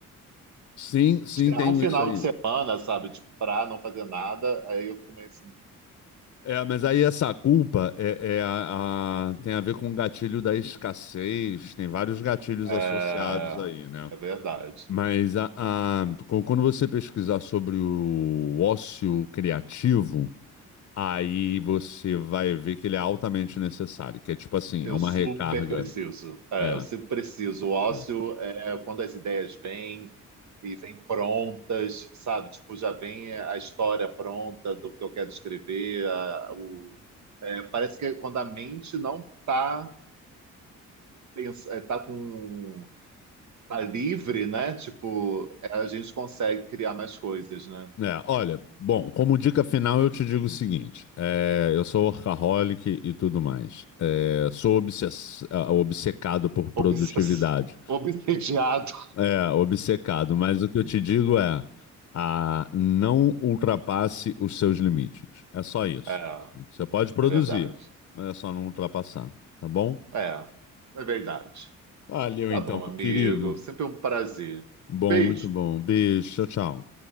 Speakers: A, on the left; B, on the right.
A: Sim, sim,
B: tirar
A: tenho
B: um final
A: isso aí.
B: de semana, sabe? Tipo, pra não fazer nada, aí eu fico meio assim.
A: É, mas aí essa culpa é, é a, a- tem a ver com o gatilho da escassez, tem vários gatilhos
B: É,
A: associados aí, né?
B: é verdade.
A: Mas a, a- qu- quando você pesquisar sobre o ócio criativo, aí você vai ver que ele é altamente necessário, que é tipo assim,
B: Eu
A: é uma
B: super
A: recarga.
B: preciso. É,
A: É.
B: eu sempre preciso. O ócio
A: Hum.
B: é quando as ideias vêm e vêm prontas, sabe? Tipo, já vem a história pronta do que eu quero escrever. a- o- é, parece que quando a mente não está tá, pens- é, tá com tá livre, né? Tipo, é, a gente consegue criar mais coisas, né?
A: É, olha, bom, como dica final eu te digo o seguinte: é, eu sou workaholic e tudo mais. É, sou obsess- ah, obcecado por produtividade.
B: Obsess... <laughs> Obsediado.
A: É, obcecado, mas o que eu te digo é, a, não ultrapasse os seus limites. É só isso.
B: É,
A: Você pode produzir,
B: é verdade.
A: mas é só não ultrapassar, tá bom?
B: É, é verdade.
A: Valeu
B: Tá
A: então,
B: bom, amigo.
A: meu querido.
B: Sempre um prazer.
A: Bom,
B: Um beijo.
A: muito bom. Beijo, tchau, tchau.